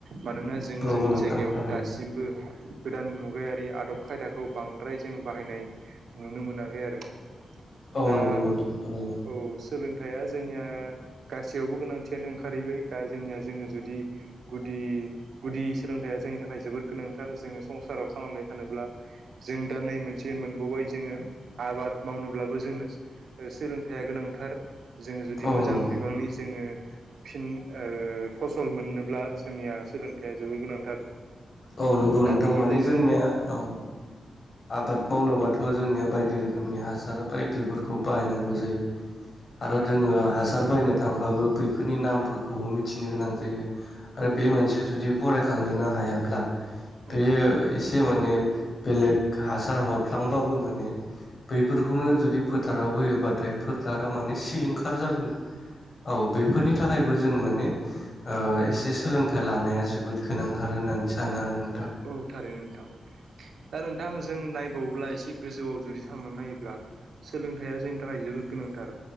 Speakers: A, on the right (about 75°); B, on the left (about 40°).
A: मानोना जोङो
B: नंगौ
A: जोंनि
B: नोंथां
A: जायगायाव
B: थारैनो
A: दासिमबो गोदान मुगायारि आदब खायदा खौ बांद्राय जों बाहायनाय नुनो मोनाखै आरो।
B: औ
A: दा
B: नंगौ नोंथां थारैनो
A: औ सोलों थाया जोंनिया गासैयावबो गोनांथियानो ओंखारहैबाय दा जोंनिया जोङो जुदि गुदि गुदि सोलोंथाया जोंनि थाखाय जोबोद गोनांथार जोङो संसाराव थांनानै थानोब्ला जों दा नै मोनसे मोनबावबाय जोङो आबाद मावनोब्लाबो जोंनो सोलोंथाइ दे‌ गोनांथार जोंङो जुदि
B: औ
A: मोजां
B: नंगौ
A: बिबाङै जोङो फिन ओ फसल मोननोब्ला जोंनिया सोलोंथाइया जोबोर गोनांथार
B: औ नंगौ
A: दा
B: नोंथां
A: बिनिफ्रायबो
B: माने जोंनिया औ आबाद मावनोबाथ' जोंनिया बायदि रोखोमनि हासार बायदिफोरखौ बाहायनांगौ जायो। आरो
A: उम
B: जोङो हासार बायनो थांबाबो बैफोरनि नामफोरखौबो मिथिनो गोनां जायो। आरो
A: औ
B: बे मोनसेया जुदि फरायखांनोनो हायाब्ला
A: औ
B: बेयो एसे माने बेलेग हासार हरफ्लांबाबो माने बैफोरखौनो जुदि फोथाराव फोथाराव होयोबाथाय फोथारा माने सिलिंखार जागोन औ बेफोरनि थाखायबो जों माने ओ एसे सोलोंथाइ लानाया जोबोद गोनांथार। होननानै सानो आरो नों
A: औ थारै नोंथां दा नोंथां जोङ नायबावोब्ला एसे गोजौआव जुदि थांनानै नायोब्ला सोलोंथाइया जोंनि थाखाय जोबोद गोनांथार।